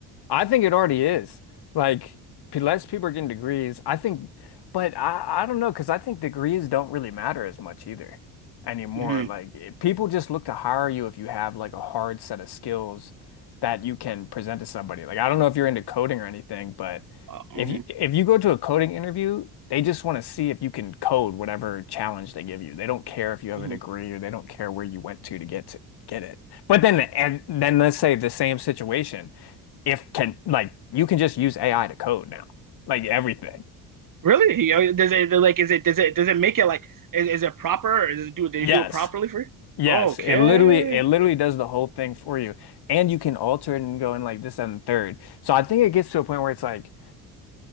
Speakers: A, on the left; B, on the right.
A: I think it already is. Like p- less people are getting degrees. I think, but I I don't know because I think degrees don't really matter as much either anymore.
B: hmm
A: Like it- people just look to hire you if you have like a hard set of skills that you can present to somebody. Like I don't know if you're into coding or anything, but
B: Uh, mhm.
A: if you if you go to a coding interview, they just want to see if you can code whatever challenge they give you. They don't care if you have
B: Mhm.
A: a degree or they don't care where you went to to get to get it. But then and then let's say the same situation if can like you can just use AI to code now. Like everything.
B: Really? He- oh, Does it like is it does it does it make it like is, is it proper or is it do they
A: Yes.
B: do it properly for you?
A: Yes.
B: Okay.
A: It literally it literally does the whole thing for you. And you can alter it and go in like this and the third. So I think it gets to a point where it's like